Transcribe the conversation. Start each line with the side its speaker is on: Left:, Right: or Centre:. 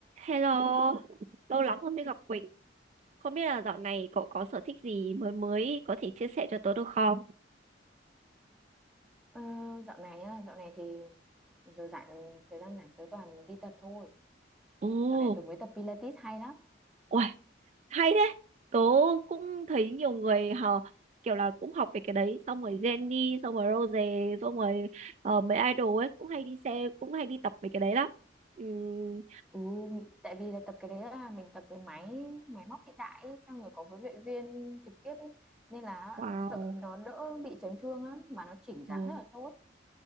Right: Hello, lâu lắm không mới gặp Quỳnh. Không biết là dạo này cậu có sở thích gì mới mới có thể chia sẻ cho tớ được không?
Centre: Ờ, dạo này á, dạo này thì giờ rảnh thời gian rảnh tới toàn đi tập thôi.
Right: Ồ,
Centre: Dạo này tôi mới tập Pilates hay lắm.
Right: uầy, hay thế. Tớ cũng thấy nhiều người họ kiểu là cũng học về cái đấy, xong rồi Jennie, xong rồi Rose, xong rồi ờ, mấy idol ấy cũng hay đi xe, cũng hay đi tập về cái đấy lắm. Ừm,
Centre: Ừ, tại vì là tập cái đấy là mình tập với máy máy móc hiện đại ấy, xong rồi có huấn luyện viên trực tiếp ấy nên là
Right: wow,
Centre: sợ nó đỡ bị chấn thương lắm mà nó chỉnh dáng
Right: ồ,
Centre: rất là tốt.